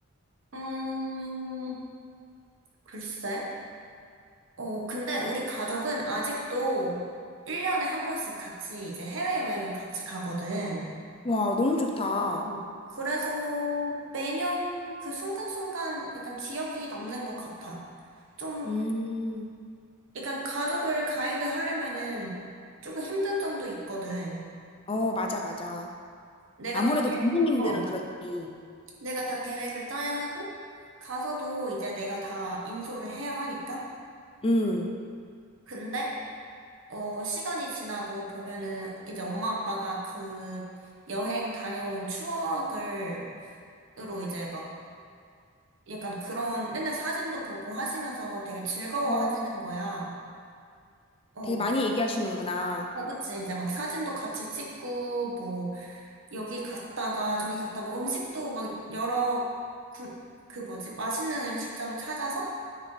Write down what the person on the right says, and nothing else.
음, 글쎄. 어, 근데 우리 가족은 아직도 1년에 한 번씩 같이 이제 해외여행을 같이 가거든.
음. 그래서 매년 그 순간순간 약간 기억이 남는 것 같아. 좀
그러니까 가족을 가이드 하려면은 조금 힘든 점도 있거든.
내가
다 계,
어,
내가 다 계획을 짜야 하고, 가서도 이제 내가 다 인솔을 해야 하니까.
근데, 어, 시간이 지나고 보면은 이제 엄마 아빠가 그 여행 다녀온 추억을, 으로 이제 막 약간 그런 맨날 사진도 보고 하시면서 되게 즐거워
하시는 거야. 어,
어, 그치. 이제 막 사진도 같이 찍고, 뭐, 여기 갔다가 저기 갔다 뭐 음식도 막 여러 군, 그 뭐지? 맛있는 음식점 찾아서